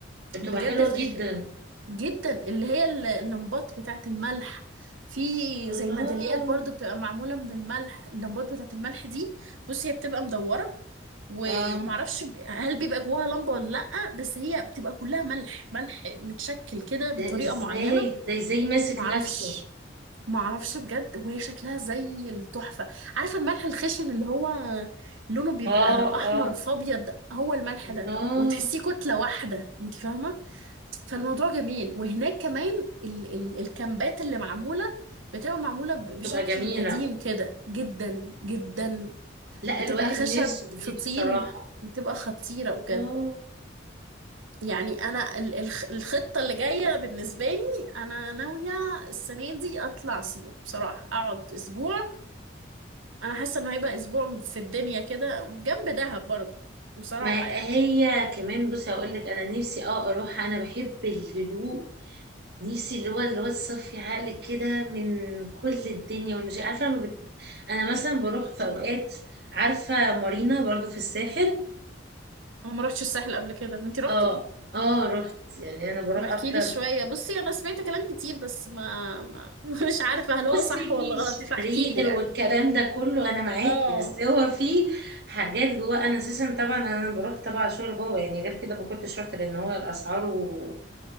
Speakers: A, on the right; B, on the right.
A: بتبقى
B: بجد
A: حلوة
B: ف-
A: جدا
B: جدا اللي هي ال- اللمبات بتاعة الملح في
A: الله
B: زي ميداليات برضو بتبقى معمولة من الملح اللمبات بتاعة الملح دي بصي هي بتبقى مدورة و-
A: اه
B: ومعرفش ب- هل بيبقى جواها لمبة ولا لأ بس هي بتبقى كلها ملح ملح متشكل كده بطريقة
A: ده ازاي
B: معينة
A: ده ازاي ماسك
B: معرفش
A: نفسه
B: معرفش بجد وهي شكلها زي التحفة عارفة الملح الخشن اللي هو لونه بيبقى
A: اه
B: أحمر
A: اه
B: في أبيض هو الملح
A: الله
B: ده وتحسيه كتلة واحدة انت فاهمة فالموضوع جميل وهناك كمان ال ال الكامبات اللي معمولة بتبقى معمولة ب-
A: بتبقى
B: بشكل
A: جميلة
B: قديم كده جدا جدا
A: لا
B: بتبقى
A: الواحد
B: خشب
A: نفسه في دي
B: في طين
A: بصراحة
B: بتبقى خطيرة
A: الله
B: بجد يعني انا ال- الخ- الخطة اللي جاية بالنسبة لي انا ناوية السنة دي اطلع سيوة بصراحة اقعد اسبوع انا حاسة انه هيبقى اسبوع في الدنيا كده جنب دهب برضه بصراحة
A: ما
B: يعني
A: هي كمان بصي هقول لك انا نفسي اه اروح انا بحب الهدوء نفسي اللي هو اللي هو الصفي عقل كده من كل الدنيا والمش عارفة ما بت... انا مثلا بروح في اوقات عارفة مارينا برضو في الساحل
B: انا ما رحتش الساحل قبل كده انت رحتي
A: اه اه رحت يعني انا بروح
B: طب احكي
A: اكتر
B: لي شوية بصي انا سمعت كلام كتير بس ما, ما <laughs> مش عارفة هل هو
A: بصي
B: صح ولا
A: في الشرير
B: غلط فاحكي لي يعني
A: والكلام ده كله انا معاكي
B: اه
A: بس هو في حاجات جواه انا اساسا طبعا انا بروح تبع شغل بابا يعني غير كده ما كنتش رحت لان هو الاسعار و...